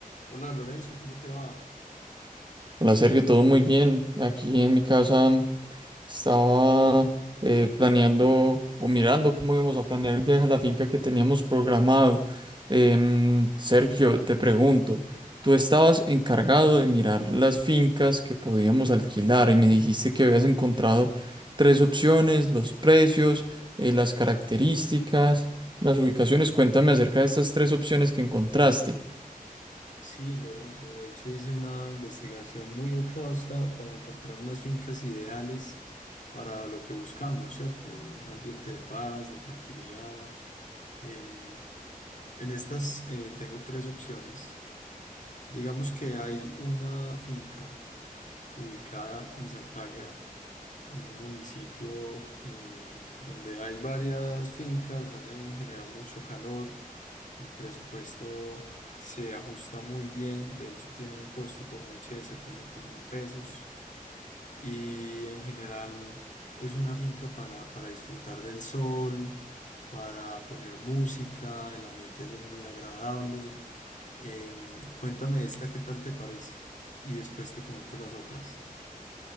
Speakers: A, on the left; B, on the right.
A: Hola Lorenzo, ¿cómo te va?
B: Hola Sergio, todo muy bien. Aquí en mi casa mm, estaba eh, planeando o mirando cómo íbamos a planear el viaje a la finca que teníamos programado. Em, Sergio, te pregunto, tú estabas encargado de mirar las fincas que podíamos alquilar y me dijiste que habías encontrado tres opciones, los precios, eh, las características, las ubicaciones. Cuéntame acerca de estas tres opciones que encontraste.
A: Sí, Lorenzo, de hecho hice una investigación muy exhausta para encontrar unas fincas ideales para lo que buscamos, ¿cierto? Un ambiente de paz, de tranquilidad. Em, en estas eh, tengo tres opciones. Digamos que hay una finca ubicada en Santágueda, un municipio em, donde hay varias fincas, hace en general mucho calor El presupuesto se ajusta muy bien, de hecho tiene un costo por noche de setecientos mil pesos y en general es una finca para, para disfrutar del sol, para poner música, el ambiente es muy agradable. Em, cuéntame esta, ¿qué tal te parece? Y después te comento las otras.